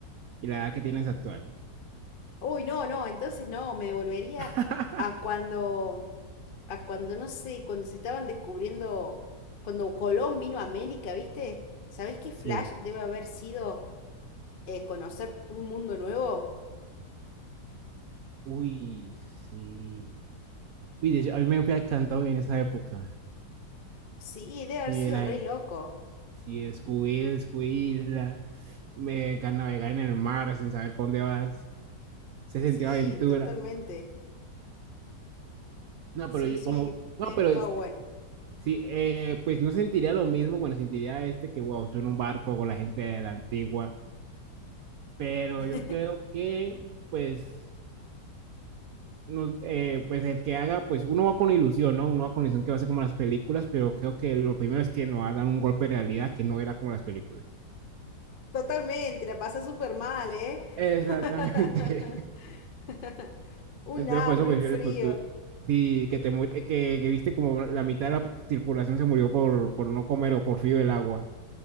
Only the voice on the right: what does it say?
y la edad que tienes actual.
<laughs>
Sí.
Uy, sí. Uy, de hecho, a mí me fue encantado en esa época.
Sí,
en la,
Sí, Scooby, Scooby, la- me ca- navegar en el mar sin saber por dónde vas, se sentía
aventura.
No,
pero yo
como,
no,
pero
este,
sí, eh, pues no sentiría lo mismo, bueno, sentiría este que, wow, estoy en un barco con la gente de la antigua, pero
yo creo que, pues, no, eh, pues el que haga, pues uno va con ilusión, ¿no? Uno va con ilusión que va a ser como las películas, pero creo que lo primero es que nos va a dar un golpe de realidad que no era como las películas.
Exactamente.
Entonces,
por eso prefiero
el futuro. Sí, que te mu- que, que viste como la mitad de la tripulación se murió por, por no comer o por frío del agua.